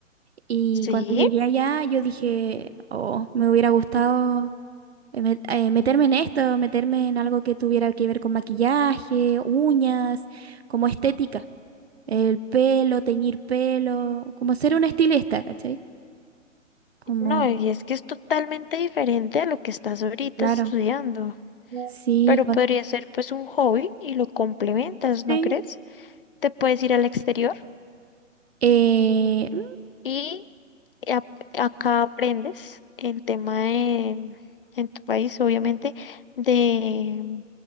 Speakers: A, on the right; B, on the left.
A: y
B: sí,
A: cuando llegué allá yo dije, oh, me hubiera gustado eh, met- eh, meterme en esto, meterme en algo que tuviera que ver con maquillaje, uñas, como estética, el pelo, teñir pelo, como ser una estilista, ¿cachai? Como,
B: no, y es que es totalmente diferente a lo que estás ahorita
A: claro,
B: estudiando.
A: sí,
B: Pero podría ser pues un hobby y lo complementas,
A: Sí,
B: ¿no crees? Te puedes ir al exterior
A: eh, mm,
B: y y ap- acá aprendes el tema de- en tu país, obviamente, de,